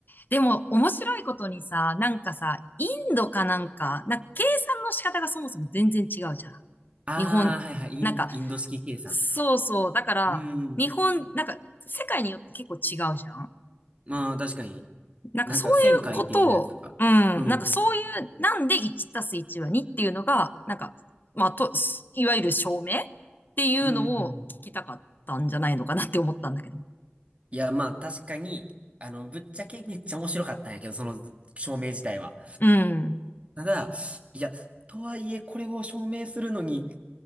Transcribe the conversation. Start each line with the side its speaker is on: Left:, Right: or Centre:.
Left: でも、面白いことにさ、なんかさ、インドかなんか、なんか計算の仕方がそもそも全然違うじゃん。
Right: ああー、
Left: 日本、
Right: はいはい、イン、
Left: なんか、
Right: インド式計算。
Left: そうそう。だから、
Right: うーん。
Left: 日本、なんか、世界によって結構違うじゃん。
Right: まあ、確かに。
Left: なんかそういうことを、
Right: なんか、線書いてやるやつとか。
Left: うん、
Right: うん。
Left: なんかそういう、なんで1たす1は2っていうのが、なんか、まあ、と、いわゆる証明っていうのを聞きたかったんじゃないのかなって思ったんだけど。
Right: うん。いや、まあ、確かに、あの、ぶっちゃけめっちゃ面白かったんやけど、その証明自体は。
Left: うん。
Right: ただ、いや、とはいえ、これを証明するのに、